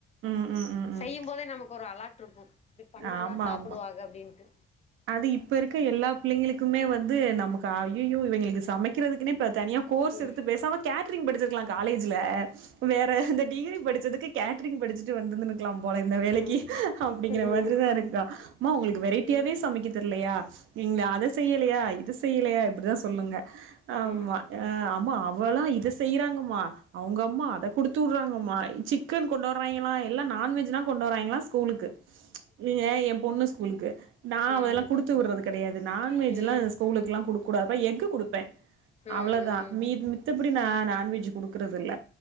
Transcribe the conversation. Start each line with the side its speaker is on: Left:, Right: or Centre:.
Right: ம் ம் ம் ம்
Left: செய்யும் போதே நமக்கு ஒரு அலா்ட் இருக்கு இப்டி பண்ணாதா
Right: ஆமா
Left: சாப்பிடுவாக
Right: ஆமா
Left: அப்டின்ட்டு
Right: அது இப்ப இருக்க எல்லா பிள்ளைங்களுக்குமே வந்து நமக் க அய்யய்யோ இவய்ங்களுக்கு சமைக்கிறதுக்குனே இப்ப தனியா கோர்ஸ்
Left: ம்
Right: எடுத்து பேசாம கேட்ரிங் படிச்சிருக்கலா காலேஜ்ல வேற இந்த டிகிரி படிச்சதுக்கு கேட்ரிங் படிச்சுட்டு வந் <unintelligible> க்கலா போல இந்த வேலைக்கு
Left: ம்
Right: அப்டிங்கிற
Left: ம்
Right: மாதிரி தா இருக்கா அம்மா உங்களுக்கு வெரைட்டியாவே
Left: ம்
Right: சமைக்க தெர்லையா நீங்க அத செய்யலையா இத செய்யலையா இப்டிதா சொல்லுங்க ஆமா
Left: ஏ
Right: அ ஆம்மா அவல்லா இத செ செய்யறாங்கம்மா அவுங்க அம்மா அத குடுத்தூர்ராங்கமா சிக்கன் கொண்டு வர்றாய்ங்களா எல்லா நான்வெஜ்னா கொண்டு வர்றாய்ங்களா ஸ்கூலுக்கு நீங்க எ பொண்ணு ஸ்கூலுக்கு நா அதெல்லா
Left: ம்
Right: குடுத்தூட்றது கெடையாது நான்வெஜ்
Left: ம்
Right: எல்லா
Left: ம்
Right: ஸ்கூலுக்குலா குடுக் கூடாதுபா எஃக்கு குடுப்பே
Left: ம்
Right: அவ்ளதா மீ மித்தபடி நா நான்வெஜ் குடுக்குறதில்ல